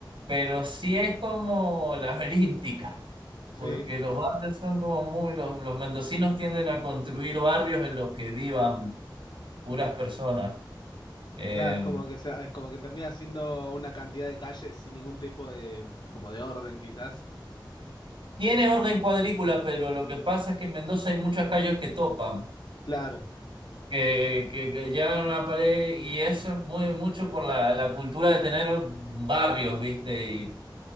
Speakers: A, on the right; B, on the left.
A: pero sí es como <laughs> laberíntica,
B: sí.
A: porque los barrios son como muy, los los mendocinos tienden a construir barrios en los que vivan puras personas. Eh,
B: Claro, es como que sea, es como que termina siendo una cantidad de calles sin ningún tipo de, como de orden, quizás.
A: tiene orden cuadrícula, pero lo que pasa es que en Mendoza hay muchas calles que topan,
B: Claro.
A: que, que, que llegan a una pared y eso es muy mucho por la, la cultura de tener barrios, ¿viste? Y